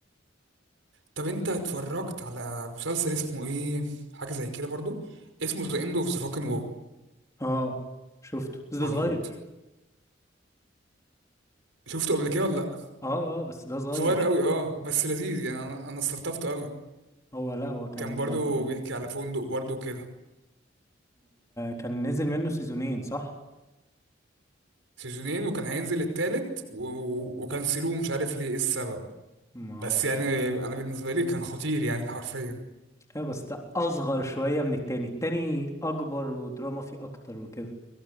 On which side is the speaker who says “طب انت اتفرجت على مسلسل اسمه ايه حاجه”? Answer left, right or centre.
Right